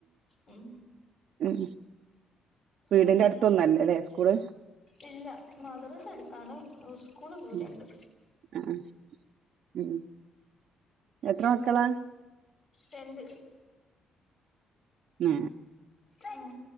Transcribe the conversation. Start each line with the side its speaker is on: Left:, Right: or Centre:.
Left: ഉം
Right: ഉം വീടിന്റെ
Left: ഉം
Right: അടുത്തൊന്നും അല്ലല്ലേ സ്കൂള്
Left: ഇല്ല മദറസേ അടുത്താണ് സ്കൂള് ദൂരണ്ട്
Right: ഉം ആഹ് ഉം എത്ര
Left: പിന്നെ
Right: മക്കളാ
Left: രണ്ട്
Right: ആ
Left: ആ